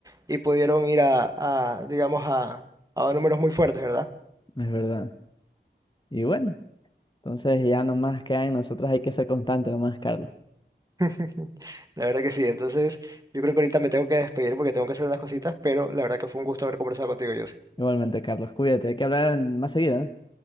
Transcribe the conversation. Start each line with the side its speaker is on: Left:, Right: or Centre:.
Right: y pudieron ir a, a, digamos, a, a números muy fuertes, ¿verdad?
Left: es verdad. Y bueno, entonces ya nomás queda en nosotros hay que ser constante nomás, Carlos.
Right: <laughs> La verdad que sí. Entonces, yo creo que ahorita me tengo que despedir porque tengo que hacer unas cositas, pero la verdad que fue un gusto haber conversado contigo, José.
Left: Igualmente, Carlos, cuídate, hay que hablar más seguido, ¿eh?